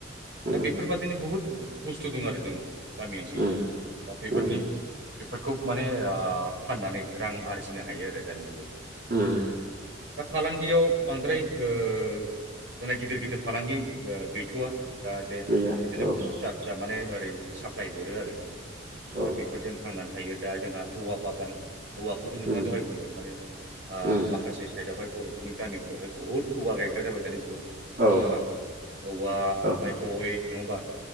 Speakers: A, on the right; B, on the right.
A: उम
B: दा बेफोरबादिनो बहुद बुस्थु दं आरो जोंनाव गामि ओनसोलफोराव
A: उम
B: दा बेफोरनि
A: उम
B: बेफोरखौ माने फाननानै रां आरजिनो हायो आरो दानि जुगाव
A: उम
B: दा फालांगियाव बांद्राय जोंना गिदिर गिदिर फालांगि गैथ'वा दा
A: गैया
B: बिदिनो
A: औ
B: फिसा फिसा माने ओरै साप्लाय हरो आरो
A: औ
B: दा बेफोरजों थांनानै थायो दा जोंहा औवा बागान हौवाखौबो नोंथाङा
A: उम
B: दहाय बुंबाय माने
A: उम
B: माखासे साइदावहाय बर'फोरनि गामिफ्रावहाय बहुत गवा गायग्रा जाबाय दानि जुगाव नङा
A: औ
B: होमबा औवा
A: औ
B: ओमफ्राय गय नङा होमबा